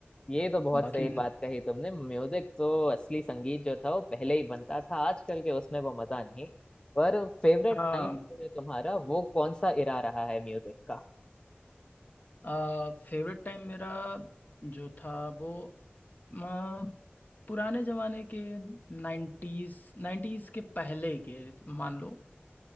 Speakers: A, on the left; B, on the left.
A: ये तो बहुत
B: बाकी
A: सही बात कही तुमने म्यूजिक तो असली संगीत जो था वो पहले ही बनता था आजकल के उसमें वो मजा नहीं पर फेवरेट
B: हाँ
A: टाइम जो है तुम्हारा वो कौन सा इरा रहा है म्यूजिक
B: आ, फेवरेट टाइम मेरा जो था वो आ, पुराने जमाने के नाइन्टीज नाइन्टीज के पहले के मान लो